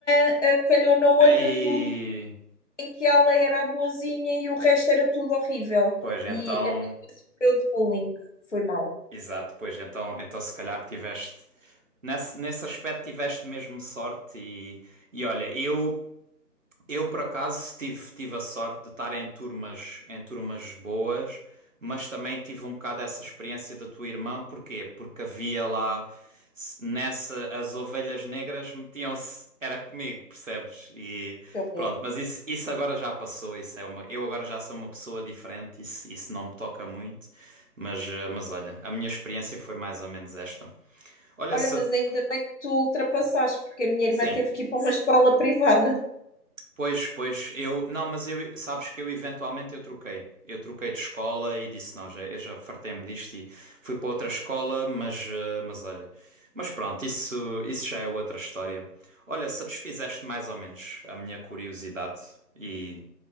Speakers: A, on the left (about 50°); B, on the right (about 55°).
A: irmã eh, calhou na outra
B: Aí.
A: turma em que ela era a boazinha e o resto era tudo horrível.
B: Pois então.
A: E a minha irmã sofreu de bullying. Foi mal,
B: Exato, pois então, então se calhar tiveste nesse, nesse aspecto tiveste mesmo sorte e, e olha, eu eu, por acaso, tive, tive a sorte de estar em turmas, em turmas boas, mas também tive um bocado essa experiência da tua irmã. Porquê? Porque havia lá, se- nessa, as ovelhas negras metiam-se, era comigo, percebes? E
A: que horror.
B: pronto, mas isso, isso agora já passou, isso é uma, eu agora já sou uma pessoa diferente, isso, isso não me toca muito, mas, eh, mas olha, a minha experiência foi mais ou menos esta. Olha,
A: Olha,
B: se,
A: mas ainda bem que tu ultrapassaste, porque a minha irmã
B: sim.
A: teve que ir para uma escola privada.
B: Pois, pois, eu, não, mas eu, sabes que eu eventualmente eu troquei. Eu troquei de escola e disse, não, já, eu já fartei-me disto e fui para outra escola, mas, eh, mas olha. Mas pronto, isso, isso já é outra história. Olha, satisfizeste mais ou menos a minha curiosidade e,